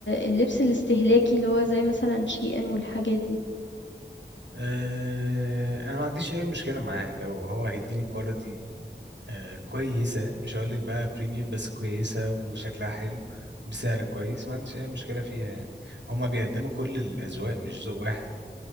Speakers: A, on the left (about 85°); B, on the right (about 75°).
A: اللبس الاستهلاكي اللي هو زي مثلًا SHEIN والحاجات دي؟
B: آه... انا ما عنديش اي مشكلة معاه لو هو هيديني كواليتي آه كويسة مش هقول لك بقى بريميوم بس كويسة وشكلها حلو بسعر كويس ما عنديش أي مشكلة فيها يعني هما بيقدموا كل الأذواق مش ذوق واحد